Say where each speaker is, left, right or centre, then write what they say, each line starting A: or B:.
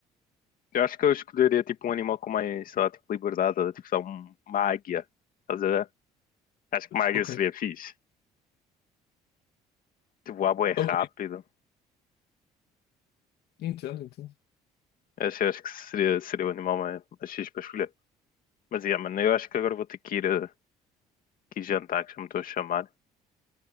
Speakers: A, on the left; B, on the left.
A: Eu acho que eu escolheria tipo um animal com mais, sei lá, tipo liberdade, tipo só um- uma águia. Estás a ver? Acho que uma águia
B: Ok,
A: seria fixe. Tipo, voar bué rápido.
B: ok. Entendo, entendo.
A: Acho, acho que seria, seria o animal mais, mais fixe para escolher. Mas, yeah, mano, eu acho que agora vou ter que ir, eh, que ir jantar, que já me estou a chamar.